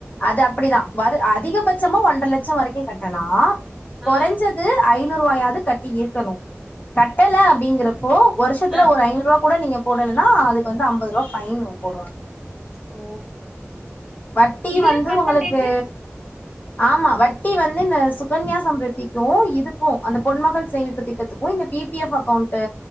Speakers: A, on the left; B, in the centre.
A: அது அப்படிதான் வரு அ திகபட்சம ஒன்ரை லட்சம் வரைக்கும் கட்டலாம் குறைஞ்சது
B: ஆ
A: ஐநூறு ரூவாயாவது கட் டி இருக்கணும் கட்டலை அப்படிங்கிறப்போ வருஷத்துல
B: ஆ
A: ஒரு ஐநூறு ரூபா கூட நீங்க போடலனா அதுக்கு வந்து ஐம்பது ரூபா ஃபைன் போடுவாங்
B: ஓ
A: வட்டி
B: இதுல
A: வந்து
B: பர்சன்டேஜ்
A: உங்களுக்கு
B: ம்
A: ஆமா வட்டி வந் து இந்த சுகன்யாசம்ருதிக்கும் இதுக்கும் அந்த பொன்மகள் சேமிப்பு திட்டத்துக்கும் இந்த பி பி எஃப் அக்கவுண்ட்டு